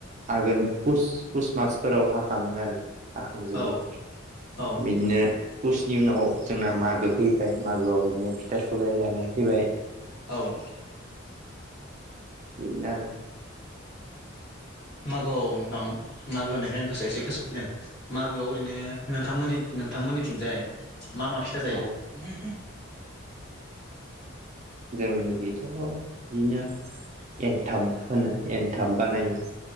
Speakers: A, on the right (about 35°); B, on the left (about 55°).
A: आघोन पुस मासफोराव हाखाङो आरो जाखांजोबो
B: औ औ
A: बिदिनो पुसनि उनाव जोंना मागो फैबाय मागोआव बिदिनो फिथा सौराय जानानै फैबाय
B: औ
A: बिदिनो आरो
B: मागोआव नोंथां मागो होननायखाय आं गोसो एसे गोसोआव फैदों मागोआव ओरैनो नोंथांमोननि नोंथांमोननिथिंजाय मा मा फिथा जायो
A: औ जोंनिखैथ बिदिनो एनथाब होनो एनथाब बानायो